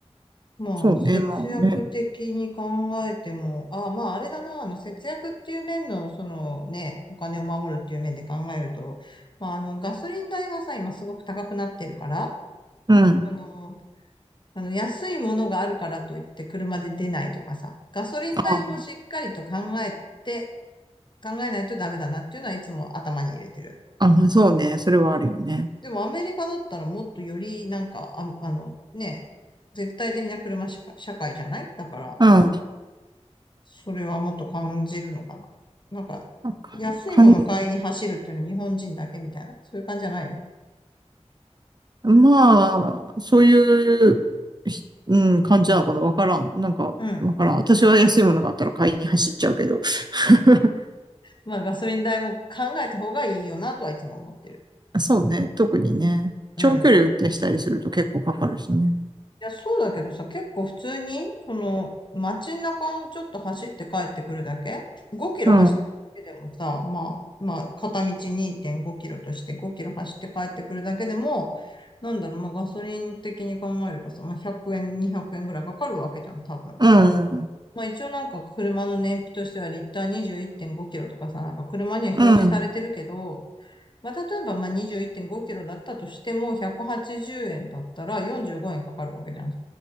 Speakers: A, on the left; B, on the right.
A: まあ、
B: そうね、
A: 節約的に考えても、
B: まあね。
A: あ、まあ、あれだな、あの、節約っていう面の、そのね、お金を守るっていう面で考えると、まあ、あの、ガソリン代がさ、今すごく高くなってるから、
B: うん。
A: あの、あの、安いものがあるからといって車で出ないとかさ、ガソリン代もしっかりと考えて、
B: あ、
A: 考えないとダメだなっていうのはいつも頭に入れてる。
B: あそうね。それはあるよね。
A: でもアメリカだったらもっとよりなんか、あ、あのね、絶対的な車社会、社会じゃないだから、
B: うん。
A: それはもっと感じるのかな。なんか、
B: なんか、
A: 安いもの買いに走るっていうのは日本人だけみたいな、
B: かん、
A: そういう感じじゃないの。
B: まあ、そういう、ひうん、感じなのかなわからん。なんか、
A: うん。
B: わからん。私は安いものがあったら買いに走っちゃうけど。<laughs>
A: まあガソリン代も考えた方がいいよなとはいつも思ってる。
B: そうね、特にね。
A: うん。
B: 長距離運転したりすると結構かかるしね。
A: いや、そうだけどさ、結構普通に、その、街中をちょっと走って帰ってくるだけ ?5 キロ走るだけでもさ、
B: うん、うん、
A: まあ、まあ、片道2.5キロとして5キロ走って帰ってくるだけでも、なんだろう、まあ、ガソリン的に考えればさ、まあ、100円、200円ぐらいかかるわけじゃん、多分。
B: うん、
A: まあ、一応なんか車の燃費としてはリッター21.5キロとかさ、なんか車には表示されてるけど、
B: うん、
A: まあ、例えばまあ21.5キロだったとしても、180円だったら45円かかるわけじゃん。